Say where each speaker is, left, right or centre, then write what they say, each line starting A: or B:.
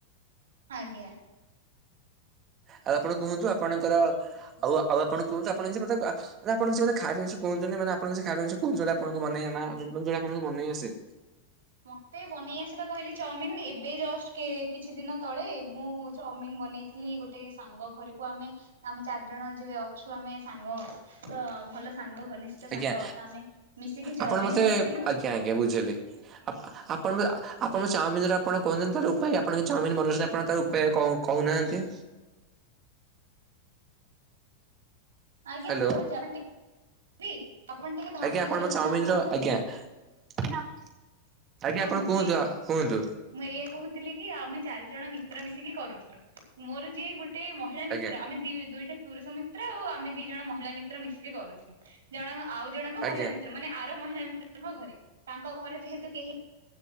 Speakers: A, on the right; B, on the right.
A: ଆଜ୍ଞା।
B: ଆଉ ଆପଣ କୁହନ୍ତୁ ଆପଣଙ୍କର ଆଉ ଆପଣ କୁହନ୍ତୁ, ଆପଣ କିଛି ବୋଧେ ଖାଇବା ଜିନିଷ କୁହନ୍ତୁନି ମାନେ ଆପଣ କିଛି ଖାଇବା ଜିନିଷ କହୁଛନ୍ତି ଆପଣ ବନେଇ ନା ଯୋଟା ଆପଣଙ୍କୁ ଵନେଇ ଆସେ।
A: ମତେ ବନେଇ ଆସିବା କହିଲେ, ଚାଉମିନ ଏବେ ଜଷ୍ଟ କିଛି ଦିନ ତଳେ ମୁଁ ଚାଉମିନ ବନେଇଥିଲି ଗୋଟେ ସାଙ୍ଗ ସାଙ୍ଗ ଘରକୁ ଆମେ, ଆମେ ଚାରି ଜଣ ଯିଏ ଅଛୁ, ଆମେ ସାଙ୍ଗ ତ ଭଲ ସାଙ୍ଗ, ଘନିଷ୍ଠ
B: ଆଜ୍ଞା
A: ସାଙ୍ଗ ତ, ଆମେ ମିଶିକି ଚାଉମିିନ
B: ଆପଣ ମତେ
A: କରିଥିଲୁ।
B: ଆଜ୍ଞା ଆଜ୍ଞା ବୁଝିଲି। ଆପଣ
A: ଆଜ୍ଞା
B: ଆପଣଙ୍କ ଚାଉମିନ ର ଆପଣ କୁହନ୍ତୁ ତାର ଉପାୟ ଆପଣ ଯଉ ଚାଉମିନ ବନଉଛନ୍ତି, ଆପଣ ତା ଉପାୟ କହୁନାହାନ୍ତି?
A: ଆଜ୍ଞା,
B: ହ୍ୟାଲୋ
A: ମୁଁ କହୁଛି ଆପଣ ଟିକେ କହିବି ଆପଣ ଟିକେ ଧୈର୍ଯ୍ୟ
B: ଆଜ୍ଞା ଆପଣ
A: ଧରିଲେ
B: ଚାଉମିନର
A: ସିନା ଆପଣଙ୍କୁ କହିବି।
B: ଆଜ୍ଞା <unintelligible>
A: ତ
B: ଆପଣ
A: ମୁଁ
B: କୁହନ୍ତୁ
A: ଏ
B: କୁହନ୍ତୁ
A: ମୁଁ ଏଇଆ କହୁଥିଲି କି, ଆମେ ଚାରି ଜଣ ମିଶି କି କରୁଥୁଲୁ, ମୋର ଯିଏ ଗୋଟେ ମହିଳା ମିତ୍ର
B: ଆଜ୍ଞା
A: ଆମେ ଦି ଦୁଇଟା ପୁରୁଷ ମିତ୍ର ଆଉ ଆମେ ଦି ଜଣ ମହିଳା ମିତ୍ର ମିଶିକି କରୁଥିଲୁ, ଜଣ ଆଉ ଜଣଙ୍କ
B: ଆଜ୍ଞା
A: ମହିଳା ମିତ୍ର ମାନେ ଆ ମହିଳା ମିତ୍ରଙ୍କ ଘରେ ତାଙ୍କ ଘରେ ଯେହେତୁ କେହି